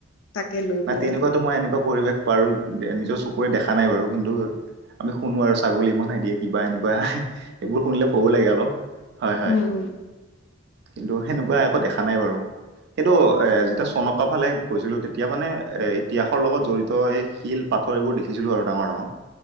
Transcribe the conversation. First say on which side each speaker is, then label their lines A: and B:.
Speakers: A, on the left (about 75°); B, on the right (about 60°).
A: তাকে লৈ
B: নাই
A: পেলাই
B: তেনেকুৱাতো মই এনেকুৱা পৰিৱেশ, বাৰো নিজৰ চকুৰে দেখা নাই বাৰু কিন্তু আমি শুনো আৰু ছাগলী বনাই দিয়ে কিবা এনেকুৱা এইবোৰ শুনিলে ভও লাগে অলপ হয়', হয়',।
A: উম উম
B: কিন্তু সেনেকুৱা একো দেখা নাই বাৰু, কিন্তু এ' যেতিয়া চনকাফালে গৈছিলো তেত তিয়া মানে এ' ইতিহাসৰ লগত জড়িত, এই শিল, পাথৰ এইবোৰ দেখিছিলো আৰু ডাঙৰ ডাঙৰ।